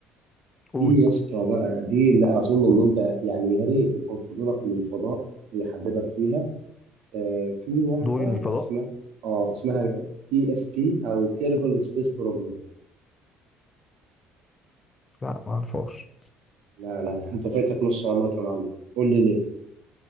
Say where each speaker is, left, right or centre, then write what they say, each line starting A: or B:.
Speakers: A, on the left; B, on the right.
A: قول
B: في يا اسطى بقى دي اللي اظن ان انت يعني يا ريت يكون فضولك للفضاء يحببك فيها آه في واحده
A: دوري من الفضاء
B: اسمها اه اسمها بي اس بي او كيربل سبيس بروجرام
A: لا ما اعرفهاش
B: لا لا لا انت فايتك نص عمرك يا معلم قول لي ليه